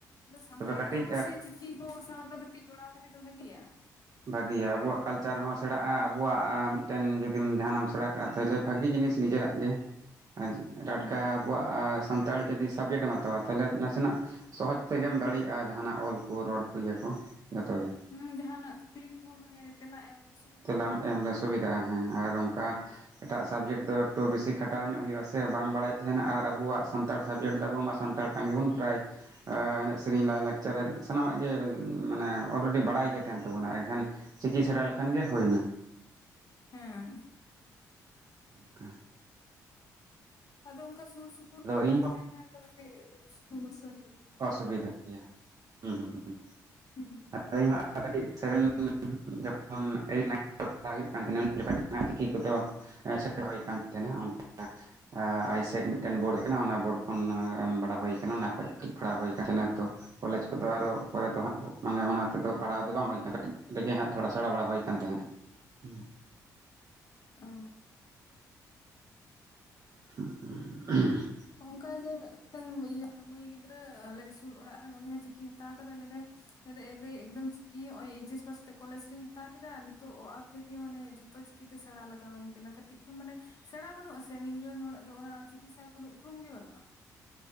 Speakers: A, on the left; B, on the right.
A: ᱟᱫᱚ ᱥᱟᱱᱛᱟᱲ
B: ᱛᱚᱵᱮ ᱠᱟᱹᱴᱤᱡ
A: ᱠᱟᱱᱟ ᱵᱚᱱ ᱥᱮ ᱪᱤᱠᱤ ᱠᱚ ᱥᱟᱶ ᱫᱚ ᱠᱟᱹᱴᱤᱡ ᱡᱚᱲᱟᱣ ᱛᱟᱦᱮᱸ ᱫᱚ ᱵᱷᱟᱜᱮᱭᱟᱜᱼᱟ᱾
B: ᱵᱷᱟᱹᱜᱤᱭᱟ ᱟᱵᱚᱣᱟᱜ ᱠᱟᱞᱪᱟᱨ ᱦᱚᱸ ᱥᱮᱬᱟᱜᱼᱟ ᱟᱵᱚᱣᱟᱜ ᱢᱤᱫᱴᱮᱱ ᱡᱩᱫᱤᱢ ᱡᱟᱦᱟᱱᱟᱜ ᱮᱢ ᱥᱮᱬᱟ ᱛᱟᱦᱚᱞᱮ ᱵᱷᱟᱹᱜᱤ ᱡᱤᱱᱤᱥ ᱱᱤᱡᱮᱨᱟᱜ ᱜᱮ ᱟᱨ
A: ᱦᱩᱸ᱾
B: ᱴᱟᱴᱠᱟ ᱟᱵᱚᱣᱟᱜ ᱥᱟᱱᱛᱟᱲ ᱡᱩᱫᱤ ᱥᱟᱵᱽᱡᱮᱠᱴ ᱮᱢ ᱦᱟᱛᱟᱣᱟ ᱛᱟᱦᱚᱞᱮ ᱱᱟᱥᱮᱱᱟᱜ ᱥᱚᱦᱚᱡᱽ ᱛᱮᱜᱮᱢ ᱫᱟᱲᱮᱭᱟᱜ ᱼᱟ ᱡᱟᱦᱟᱱᱟᱜ ᱚᱞ ᱠᱚ ᱨᱚᱲ ᱠᱚ ᱤᱭᱟᱹ ᱠᱚ ᱡᱷᱚᱛᱚ ᱜᱮ
A: ᱦᱮᱸ ᱡᱟᱦᱱᱟᱜ ᱠᱩᱠᱞᱤ ᱠᱚᱦᱚᱸ ᱢᱟᱱᱮ ᱛᱮᱞᱟ ᱮᱢ ᱥᱩᱵᱤ
B: ᱛᱮᱞᱟᱢ ᱮᱢ ᱨᱮ ᱥᱩᱵᱤᱫᱷᱟᱜᱼᱟ ᱦᱮᱸ ᱟᱨ ᱚᱱᱠᱟ ᱮᱴᱟᱜ ᱥᱟᱵᱽᱡᱮᱠᱴ ᱫᱚ ᱮᱠᱴᱩ ᱵᱤᱥᱤ ᱠᱷᱟᱴᱟᱣ ᱧᱚᱜ ᱦᱩᱭᱩᱜᱼᱟ ᱥᱮ ᱵᱟᱝ ᱵᱟᱲᱟᱭ ᱛᱟᱦᱮᱱᱟ ᱟᱨ ᱟᱵᱚᱣᱟᱜ ᱥᱟᱱᱛᱟᱲ ᱥᱟᱵᱽᱡᱮᱠᱴ ᱫᱚ ᱟᱵᱚ ᱢᱟ ᱥᱟᱱᱛᱟᱲ ᱠᱟᱱ ᱜᱮᱵᱚᱱ ᱯᱨᱟᱭ ᱮ ᱮᱱᱮᱡ ᱥᱮᱨᱮᱧ ᱞᱟᱹᱭ-ᱞᱟᱠᱪᱟᱨ ᱥᱟᱱᱟᱢᱟᱜ ᱜᱮ ᱢᱟᱱᱮ ᱳᱞᱨᱮᱰᱤ ᱵᱟᱲᱟᱭ ᱜᱮ ᱛᱟᱦᱮᱱ ᱛᱟᱵᱚᱱᱟ ᱮᱱᱠᱷᱟᱱ ᱪᱤᱠᱤ ᱥᱮᱬᱟ ᱞᱮᱠᱷᱟᱱ ᱜᱮ ᱦᱩᱭᱱᱟ᱾
A: ᱦᱮᱸ
B: ᱚᱱᱠᱟ
A: ᱟᱫᱚ ᱳᱱᱠᱟ ᱥᱩᱨ-ᱥᱩᱯᱩᱨ
B: ᱟᱫᱚ
A: ᱠᱚᱨᱮ ᱵᱟᱝ
B: ᱤᱧᱦᱚᱸ
A: ᱛᱟᱦᱮᱱ ᱠᱟᱱ ᱫᱚ ᱠᱟᱹᱴᱤᱡ ᱥᱚᱢᱚᱥᱥᱟ ᱦᱩᱭᱩᱜ ᱜᱮᱭᱟ᱾
B: ᱚᱥᱩᱵᱤᱫᱷᱟᱜ ᱜᱮᱭᱟ, ᱦᱩᱸ ᱦᱩᱸ ᱦᱩᱸ
A: ᱦᱩᱸ
B: ᱟᱹᱞᱤᱧ ᱦᱚᱸ ᱠᱟᱹᱴᱤᱡ ᱥᱮᱨᱮᱧ ᱞᱤᱧ ᱡᱚᱠᱷᱚᱱ ᱮᱭᱤᱴ ᱱᱟᱭᱤᱱ ᱦᱩᱭᱩᱜ ᱠᱟᱱ ᱛᱟᱦᱮᱱᱟ ᱩᱱ ᱡᱚᱠᱷᱚᱱ ᱡᱟᱦᱟᱸ ᱪᱤᱠᱤ ᱠᱚᱫᱚ ᱮᱸ, ᱥᱮᱬᱟ ᱦᱩᱭ ᱠᱟᱱ ᱛᱟᱦᱮᱱᱟ ᱚᱝᱠᱟ, ᱟᱭᱥᱮᱠ ᱢᱤᱫᱴᱮᱱ ᱵᱳᱲ ᱟᱠᱟᱱᱟ ᱚᱱᱟ ᱵᱳᱲ ᱠᱷᱚᱱ᱾ ᱮᱢ ᱵᱟᱲᱟ ᱦᱩᱭ ᱠᱟᱱᱟ, ᱚᱱᱟ ᱠᱷᱚᱡ ᱠᱟᱺᱪ ᱯᱟᱲᱦᱟᱣ ᱦᱩᱭ ᱠᱟᱱ ᱛᱟᱦᱮᱱᱟ ᱛᱚ᱾ ᱠᱚᱞᱮᱡᱽ ᱠᱚᱫᱚ ᱟᱨᱚ ᱯᱚᱨᱮ ᱫᱚ ᱦᱟᱸᱜ ᱢᱟᱱᱮ ᱚᱱᱟ ᱛᱮᱫᱚ ᱯᱟᱲᱦᱟᱣ ᱫᱚ ᱵᱟᱝ ᱦᱩᱭ ᱠᱟᱱᱟ ᱠᱟᱹᱴᱤᱡ ᱨᱮᱜᱮ ᱦᱟᱸᱜ ᱛᱷᱚᱲᱟ ᱥᱮᱬᱟ ᱵᱟᱲᱟ ᱦᱩᱭ ᱠᱟᱱ ᱛᱟᱦᱮᱱᱟ᱾ ᱦᱩᱸ᱾
A: ᱚ᱾
B: <inaudible>
A: ᱚᱝᱠᱟ ᱜᱮ ᱢᱮᱫᱴᱮᱱ ᱤᱭᱟᱹ ᱢᱟᱹᱭ ᱜᱤᱫᱽᱨᱟᱹ ᱟᱞᱮ ᱥᱩ ᱤᱥᱠᱩᱞ ᱚᱲᱟᱜ ᱨᱮᱱ ᱩᱱᱤ ᱦᱚᱸ ᱪᱤᱠᱤ ᱦᱟᱛᱟᱣ ᱠᱟᱫᱟᱭ ᱞᱟᱹᱭᱫᱟᱭ ᱮ ᱫᱟᱹᱭ ᱮᱠᱫᱚᱢ ᱪᱤᱠᱤ ᱦᱚᱸᱜ-ᱚᱭ ᱮᱭᱤᱪᱮᱥ ᱯᱟᱥ ᱠᱛᱮᱜ ᱠᱚᱞᱮᱡᱽ ᱨᱤᱧ ᱦᱟᱛᱟᱣ ᱠᱮᱫᱟ ᱱᱤᱛᱚᱜ ᱚ-ᱟ ᱛᱷᱮᱠᱮ ᱢᱟᱱᱮ ᱡᱷᱚᱛᱚ ᱪᱤ ᱠᱤ ᱛᱮ ᱥᱮᱬᱟ ᱞᱟᱜᱟᱣᱟᱹᱧ ᱠᱟᱱᱟ᱾ ᱠᱟᱹᱴᱤᱡ ᱠᱷᱚᱱ ᱢᱟᱱᱮ ᱥᱮᱬᱟ ᱵᱟᱹᱱᱩᱜ-ᱟ ᱥᱮ ᱱᱤᱝᱠᱟᱹᱱ ᱦᱚᱲᱟᱜ ᱫᱚ ᱚᱱᱟ ᱪᱤᱠᱤ ᱥᱟᱶ ᱠᱳᱱᱳ ᱩᱯᱨᱩᱢ ᱜᱮ ᱵᱟᱹᱱᱩᱜᱼᱟ᱾